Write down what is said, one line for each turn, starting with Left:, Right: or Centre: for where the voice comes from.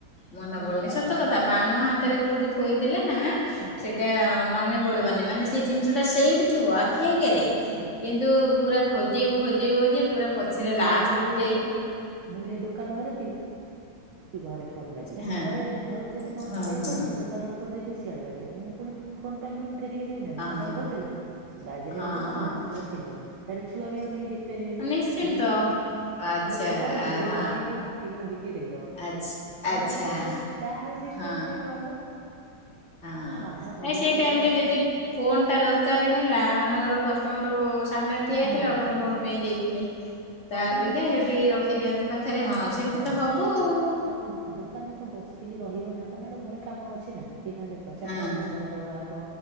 Left: ମନେ
Right: ଏମିତି
Left: ପଡୁନି ସତ
Right: ଆଉ।
Left: କଥା ବାମ ହାତରେ କୋଉଠି ଥୋଇଦେଲେ ନା
Right: ହଁ।
Left: ସେଇଟା ମନେ ପଡିବନି, ମାନେ ସେ ଜିନିଷ ଟା ସେଇଠି ଥିବ ଆଖି ଆଗରେ
Right: ହେଲା
Left: କିନ୍ତୁ ପୁରା ଖୋଜେଇବୁ ଖୋଜେଇବ ଯେ ପୁରା ପଛରେ
Right: ନାଇଁ
Left: ଲାଷ୍ଟକୁୁ
Right: ମନେ ପଡିବ କଣ
Left: ଯାଇ।
Right: କହିଲ
Left: ଟିକେ
Right: ମୁଁ ଯାଇ ଦୋକାନ ଘରେ ଥିବି ଘରେ ଫୋନ ବାଜିିବ ମୁଁ
Left: ହଁ।
Right: ଘରେ ଘରକୁ ଯଦି କଣ
Left: ହଁ
Right: କରିବେ
Left: ହଁ।
Right: କହିଛନ୍ତି ଦୋକାନ ଫୋନ ଦେଇି ସିଆଡ଼େ ରେ ବାଯିବ ମୁଁ ପୁଣି ଫୋନ୍ ପାଇଁ ଫେରିକି ଯିବି ନାଁ ନାଇଁ
Left: ଓହୋ
Right: ଅଣ୍ଟା ଖୋଲିଦେଲେ ବାଜିଲେ
Left: ହଁ
Right: ବାଜିଲେ
Left: ହଁ
Right: ତମେ ଅଣ୍ଟା ଥିବ, ତାହେଲେ ଛୁଆ ବି ଆଉ ନେଇକି ଦେଖିବେ। ପାରିବେନି
Left: ନିଶ୍ଚିନ୍ତ।
Right: ସିଏ ବି ଗୋଟେ
Left: ଆଚ୍ଛା
Right: ମୁଁ ଧର ପଳେଇଲି ଝିଅ
Left: ହଁ
Right: ତ କଣ ନେଇଥିବ ଟିକେ ମୁଁ ଟିକେ ଟିକେ
Left: ଆଚ୍ଛା ଆଚ୍ଛା
Right: <unintelligible> ତାର ସିଷ୍ଟମ
Left: ହଁ।
Right: ବି ବନ୍ଦ।
Left: ହଁ
Right: ମୋ ମାମା ବଢିଆ
Left: ନାଇଁ ସେଇ
Right: କରିଛି
Left: ଟାଇମ
Right: ଅଣ୍ଟାରେ
Left: ରେ ଯଦି ଫୋନ୍ ଟା ଦର ର ହେଲା ମାନଙ୍କର କଷ୍ଟମର ସାମ୍ନାରେ ଠିଆ ହେଇଥିବ
Right: ହୁଁ ହୁଁ
Left: ଆପଣ ଫୋନ ପାଇଁ ଯାଇଥିବେ।
Right: ହଁ
Left: ତା
Right: ସେମିତି
Left: ଅପେକ୍ଷା
Right: ହଉଛି
Left: ଏଇଠି
Right: ବା
Left: ରଖିଦିଅନ୍ତି ପାଖରେ ହଁ ସେମିତି
Right: ହଁ।
Left: ତ ହବ ଆଉ।
Right: ଆଉ ଦୁ କଁ ତ ବସିକି ରହିବ ନା କାହିଁକ ଆଡେ ଘରେ କାମ ଅଛି ନା ଏ ନା ଦେଖ ଚାରିଟାଟେ
Left: ଆଉ
Right: ଘର ଦ୍ୱାର ଓଳା ହବ।